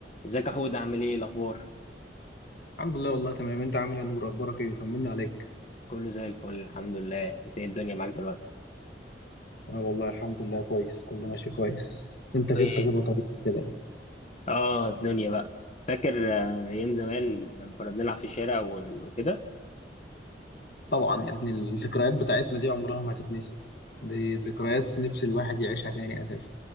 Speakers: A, on the left (about 40°); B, on the left (about 60°).
A: ازيك يا حود عامل ايه الاخبار
B: الحمد لله والله تمام انت عامل ايه يا نور اخبارك ايه طمنا عليك
A: كله زي الفل الحمد لله انت ايه الدنيا معاك دلوقتي
B: اه والله الحمد لله كويس كله ماشي كويس انت غبت
A: ايه
B: غيبه طويله كده
A: اه الدنيا بقى فاكر آه، ايام زمان لما كنا بنلعب في الشارع وال- وكده
B: طبعا يا ابني الذكريات بتاعتنا دي عمرها ما هتتنسي دي ذكريات نفس الواحد يعيشها تاني اساسا